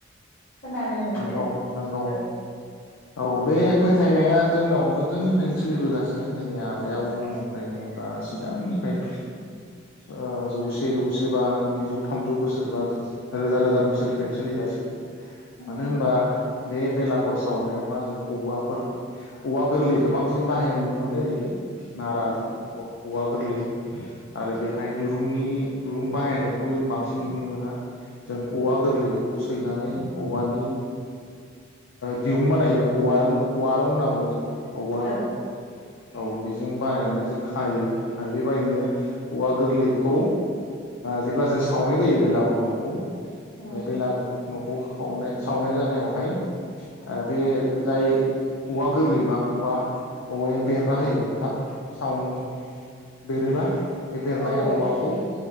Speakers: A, on the left; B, on the left.
A: खोनानो मोनदो
B: नंगौ नंगौ
A: औ
B: औ बे फोथायनाया जोंनाव गोदोनिफ्रायनो सोलिबोगासिनो जोंनि आबै
A: औ
B: आबौमोननिफ्रायनो बा सिगांनिफ्राय ओ जौसे जौसे बा नैजौ थामजौ बोसोर बा रोजा रोजा बोसोरनिफ्रायनो सोलिगासिनो।
A: औ
B: मानो होनबा बे बेलागर सावनायावहा जों औवाफोर औवा गोरलैखौ बांसिन बाहायनाय नुनो मोननाय जायो। नाराजों औवा औवा गोरलै आरो बेहाय दुरुंनि दुरुं बाहायनायखौ जों बांसिन नुनो मोना जों औवा गोरलैखौ खौ सैनानै औवानि दिरुं बानायो औव र औव रं होनना बुङो जोङो औवा
A: औ
B: रं औ बेदि जों बानायनानै जों खायो आरो बेबायदिनो औवा गोरलैखौ जेब्ला जों सावनाय जायो बेलागर न' खौ
A: औ
B: बे लाग न' खौ- - सावनाय सावनाय जानायावहाय ओ बे जाय औवा गोरलैबा औवा औवाया बेरना होयो थाब सावनो बेरोना बे बेरनाय
A: औ
B: औवाखौ
A: बेनो